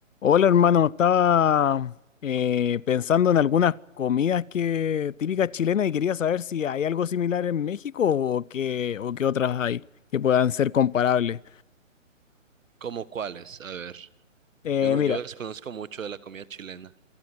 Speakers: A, on the left; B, on the right.
A: Hola hermano, estaba eh, pensando en algunas comidas que típicas chilenas y quería saber si hay algo similar en México o qué, o qué otras hay que puedan ser comparables.
B: ¿Cómo cuáles? A ver,
A: Eh,
B: yo no,
A: mira,
B: yo desconozco mucho de la comida chilena.